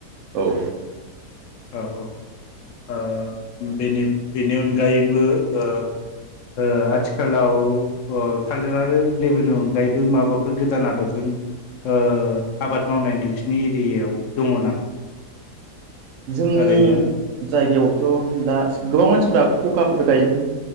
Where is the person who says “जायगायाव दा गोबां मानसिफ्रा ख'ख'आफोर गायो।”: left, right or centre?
Right